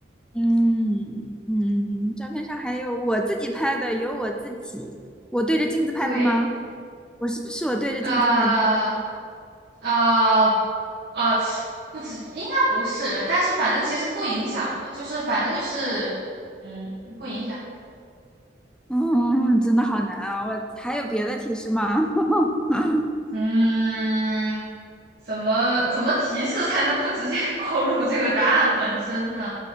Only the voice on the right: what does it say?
对，
呃呃呃，不止，应该不是，但是反正其实不影响的，就是反正就是，嗯，不影响，
嗯，怎么怎么提示才能不直接 <laughs> 暴露这个答案本身呢？